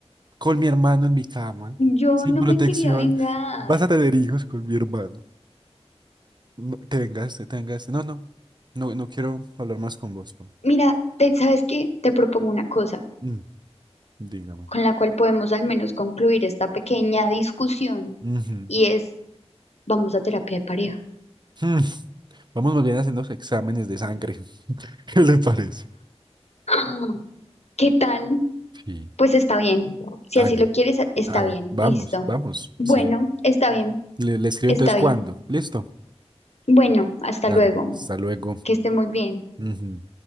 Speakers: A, on the right; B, on the left.
A: Con mi hermano en mi cama,
B: Yo
A: sin
B: no
A: protección.
B: me quería vengar.
A: Vas a tener hijos con mi hermano. No, te vengaste, te vengaste. No, no, no, no quiero hablar más con vos, pa.
B: Mira, te- ¿sabes qué? Te propongo una cosa
A: Mm, dígame.
B: con la cual podemos al menos concluir esta pequeña discusión
A: Ujú.
B: y es Vamos a terapia de pareja.
A: <laughs> Vamos más bien haciendo exámenes de sangre. <laughs> ¿Qué le parece?
B: <gasps> ¿Qué tal?
A: Sí.
B: Pues está bien. Si
A: Hagan,
B: así lo quieres, está
A: hagan.
B: bien.
A: Vamos,
B: Listo.
A: vamos.
B: Bueno,
A: Sí.
B: está bien,
A: Le, le escribo
B: está
A: entonces
B: bien.
A: cuándo. Listo.
B: Bueno, hasta
A: Dale.
B: luego.
A: Hasta luego.
B: Que esté muy bien.
A: Ujú.